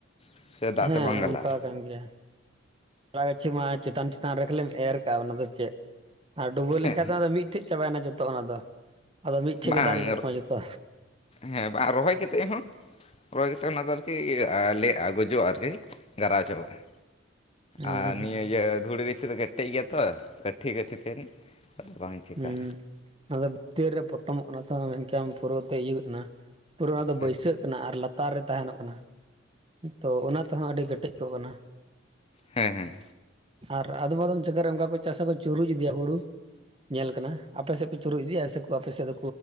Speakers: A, on the left (about 30°); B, on the right (about 30°).
A: ᱥᱮ ᱫᱟᱜ
B: ᱦᱮᱸ
A: ᱛᱮ ᱵᱟᱝ ᱜᱟᱞᱟᱜᱼᱟ
B: ᱚᱝᱠᱟ ᱠᱟᱱ ᱜᱮᱭᱟ᱾ ᱛᱚᱞᱟ ᱜᱟᱹᱪᱷᱤ ᱢᱟ ᱪᱮᱛᱟᱱ ᱪᱮᱛᱟᱱ ᱨᱮᱜᱮᱢ ᱮᱨ ᱠᱟᱜᱼᱟ ᱚᱱᱟ ᱫᱚ ᱪᱮᱫ ᱟᱨ ᱰᱩᱵᱟᱹᱣ ᱞᱮᱱᱠᱷᱟᱱ
A: ᱦᱮᱸ
B: ᱫᱚ ᱚᱱᱟ ᱢᱤᱫᱴᱮᱡ ᱪᱟᱵᱟᱭᱱᱟ ᱡᱚᱛᱚ ᱚᱱᱟ ᱫᱚ ᱟᱫᱚ ᱢᱤᱫᱴᱷᱮᱡ
A: ᱵᱟᱝ
B: ᱜᱮ ᱫᱟᱨᱮ ᱠᱚᱜ ᱛᱟᱢᱟ ᱡᱚᱛᱚ
A: ᱦᱮᱸ ᱵᱟᱝ ᱨᱚᱦᱚᱭ ᱠᱟᱛᱮᱫ ᱦᱚᱸ ᱨᱚᱦᱚᱭ ᱠᱟᱛᱮᱫ ᱚᱱᱟ ᱫᱚ ᱟᱨᱠᱤ ᱞᱮ ᱜᱚᱡᱚᱜᱼᱟ᱾ ᱟᱨᱠᱤ ᱜᱷᱟᱨᱟᱣ ᱪᱟᱵᱟᱜᱼᱟᱭ
B: ᱦᱩᱸ
A: ᱟᱨ ᱱᱤᱭᱟᱹ ᱤᱭᱟᱹ ᱫᱷᱩᱲᱤ ᱜᱤᱪᱷᱤ ᱨᱮᱜᱮ ᱠᱴᱮᱡ ᱜᱮᱭᱟ ᱛᱚ ᱠᱟᱹᱴᱷᱤ ᱜᱴᱷᱤ ᱛᱟᱦᱮᱱ ᱟᱫᱚ ᱵᱟᱝ ᱪᱤᱠᱟᱹᱜᱼᱟ
B: ᱦᱮᱸ ᱟᱫᱚ ᱵᱷᱤᱛᱟᱹᱨ ᱨᱮ ᱯᱚᱴᱚᱢᱚᱜ ᱠᱟᱱᱟ ᱛᱚ ᱢᱮᱱᱠᱷᱟᱱ ᱯᱩᱨᱟᱹᱛᱮ ᱤᱭᱟᱹᱜ ᱮᱱᱟ᱾ ᱯᱩᱨᱟᱹ ᱚᱱᱟ ᱫᱚ
A: ᱦᱮᱸ
B: ᱵᱟᱹᱭᱥᱟᱹᱜ ᱠᱟᱱᱟ ᱟᱨ ᱞᱟᱛᱟᱨ ᱨᱮ ᱛᱟᱦᱮᱱᱚᱜ ᱠᱟᱱᱟ᱾ ᱛᱚ ᱚᱱᱟ ᱛᱮᱦᱚᱸ ᱟᱹᱰᱤ ᱠᱮᱴᱮᱡ ᱠᱚᱜ ᱠᱟᱱᱟ᱾
A: ᱦᱮᱸ ᱦᱮᱸ
B: ᱟᱨ ᱟᱫᱚᱢ ᱟᱫᱚᱢ ᱡᱟᱜᱟ ᱨᱮ ᱚᱱᱠᱟ ᱠᱚ ᱪᱟᱥᱟᱠᱚ ᱪᱩᱨᱩᱡ ᱤᱫᱤᱭᱟ ᱦᱩᱲᱩ ᱧᱮᱞ ᱠᱟᱱᱟ ᱟᱯᱮ ᱥᱮᱫ ᱠᱚ ᱪᱩᱨᱩᱩᱜ ᱤᱫᱤᱭᱟ ᱥᱮᱠᱚ ᱟᱯᱮ ᱥᱮᱫ ᱫᱚ